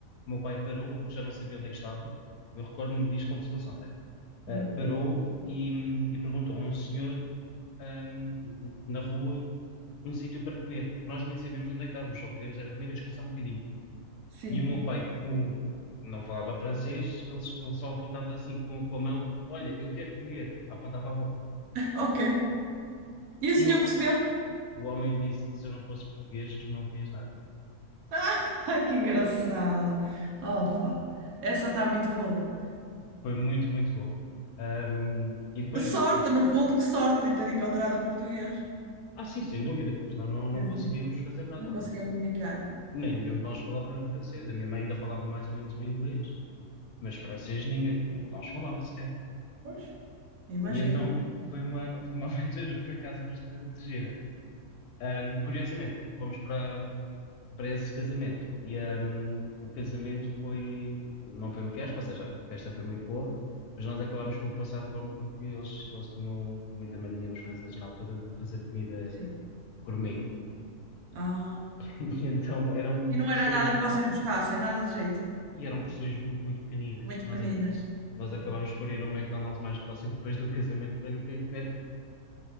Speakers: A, on the left; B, on the right.
A: o meu pai parou porque já não sabia onde é que estava. Eu recordo-me disto como se fosse ontem. Ah,
B: Uhum.
A: parou e, hum, e perguntou a um senhor, hum, na rua um sítio para comer. Nós nem sabíamos onde é que estávamos, só queríamos era comer e descansar um bocadinho.
B: Sim.
A: E o meu pai, como não falava francês, ele, ele só apontava assim com, com a mão: Olha, eu quero comer, a apontar para a boca.
B: <laughs> Ok. E o
A: E
B: senhor
A: o,
B: percebeu?
A: o homem disse: Se eu não fosse português, não comias nada.
B: Ah, <laughs> que engraçado. Opa, essa está muito boa.
A: Foi muito, muito bom. Ahm, e depois,
B: Que sorte,
A: pronto,
B: no fundo, que sorte de ter encontrado um português.
A: ah, sim, sem dúvida, porque senão não, não
B: Quer
A: conseguíamos
B: dizer,
A: fazer nada,
B: Não conseguiam
A: porque
B: comunicar.
A: nenhum de nós falava francês. A minha mãe ainda falava mais ou menos o inglês, mas francês ninguém, nenhum de nós falava sequer.
B: Pois, imagino.
A: E então foi uma, foi uma <laughs> aventura, por acaso, bastante gira. Ahm, curiosamente, fomos para, para esse casamento e ahm, o casamento foi, não foi um fiasco, ou seja, a festa foi muito boa, mas nós acabámos por passar fome porque eles, eles tinham muita mania, os franceses na altura, de fazer comida
B: Sim.
A: gourmet.
B: Ah.
A: <laughs> E então eram
B: E não
A: porções,
B: era nada que vocês gostassem, nada de jeito.
A: e eram porções muito, muito pequeninas.
B: muito
A: Nós,
B: pequeninas.
A: ac- nós acabámos por ir ao McDonald's mais próximo depois do casamento para, ir- para ir comer.